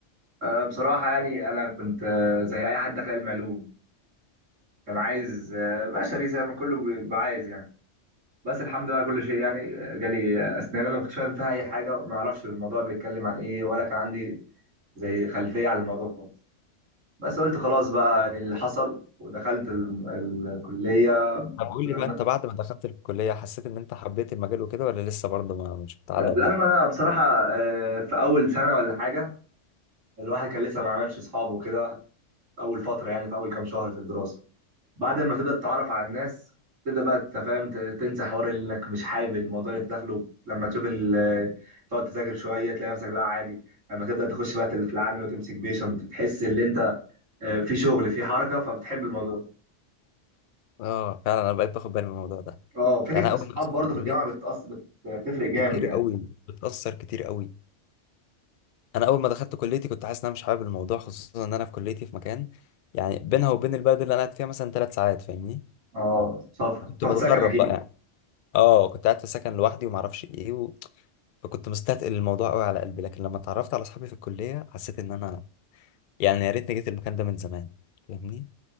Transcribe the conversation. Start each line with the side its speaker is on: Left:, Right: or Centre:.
Right: أه بصراحه يعني انا كنت آه، زي اي حد داخل علم علوم كان عايز آه، بشري زي ما كله بيبقى عايز يعني بس الحمد لله على كل شيء يعني جالي اسنان انا ما كنتش فاهم فيها اي حاجه وما اعرفش الموضوع بيتكلم عن ايه ولا كان عندي زي خلفيه عن الموضوع خالص بس قلت خلاص بقى يعني اللي حصل ودخلت ال- ال- الكليه
Left: طب قول
Right: لأن
Left: لي بقى انت بعد ما دخلت الكلية حسيت ان انت حبيت المجال وكده ولا لسه برضه ما مش متعلق
Right: لأن
Left: بيه؟
Right: انا بصراحه آه، في اول سنه ولا حاجه الواحد كان لسه ما عملش اصحاب وكده اول فتره يعني في اول كام شهر في الدراسه بعد ما تبدا تتعرف على الناس تبدا بقى تفهم ت- تنسى حوار انك مش حابب الموضوع اللي انت داخله لما تشوف ال- تقعد تذاكر شويه تلاقي نفسك لا عادي لما تبدا تخش بقى في العامل وتمسك بيشنت بتحس ان انت آه، في شغل في حركه فبتحب الموضوع
Left: اه فعلا انا بقيت باخد بالي من الموضوع ده
Right: اه فكره
Left: يعني انا
Right: الصحاب
Left: اول ما دخلت
Right: برضه
Left: الكلية
Right: في الجامعه بتأث... بت- بتفرق جامد
Left: كتير
Right: يعني
Left: قوي بتأثر كتير قوي انا اول ما دخلت كليتي كنت حاسس ان انا مش حابب الموضوع خصوصا ان انا في كليتي في مكان يعني بينها وبين البلد اللي انا قاعد فيها مثلا ثلاث ساعات فاهمني
Right: اه سفر
Left: كنت
Right: تاخد
Left: متغرب
Right: سكن اكيد
Left: بقى يعني اه كنت قاعد في سكن لوحدي وما اعرفش ايه و... فكنت مستثقل الموضوع قوي على قلبي لكن لما اتعرفت على اصحابي في الكليه حسيت ان انا يعني يا ريتني جيت المكان ده من زمان فاهمني